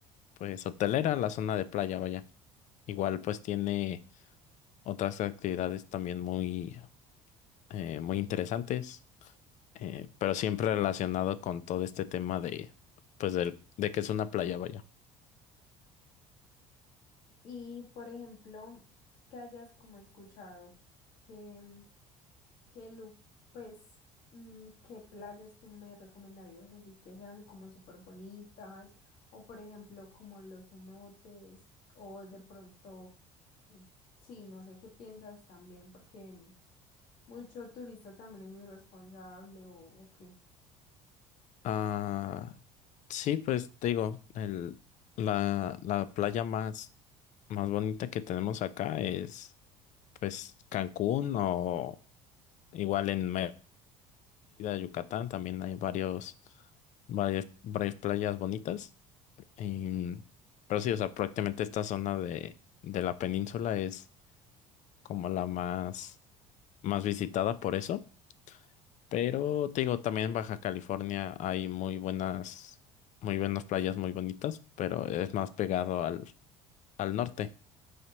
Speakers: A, on the left (about 50°); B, on the left (about 65°).
A: pues hotelera, la zona de playa, vaya. Igual pues tiene otras actividades también muy, eh, muy interesantes. eh, pero siempre relacionado con todo este tema de, pues, del, de que es una playa, vaya.
B: Y por ejemplo, que hayas como escuchado que... ¿Qué lu- pues, mm, qué playas tú me recomendarías así que sean como súper bonitas? O por ejemplo, como los cenotes, o de pronto, mm, sí, no sé qué piensas también, porque mm, mucho turista también es muy responsable, o, o qué.
A: Ah, sí, pues te digo, el, la, la playa más, más bonita que tenemos acá es, pues, Cancún o igual en Mérida, Yucatán, también hay varios, varias, varias playas bonitas. Em, pero sí, o sea, prácticamente esta zona de, de la península es como la más, más visitada por eso. Pero te digo, también en Baja California hay muy buenas, muy buenas playas muy bonitas, pero es más pegado al, al norte.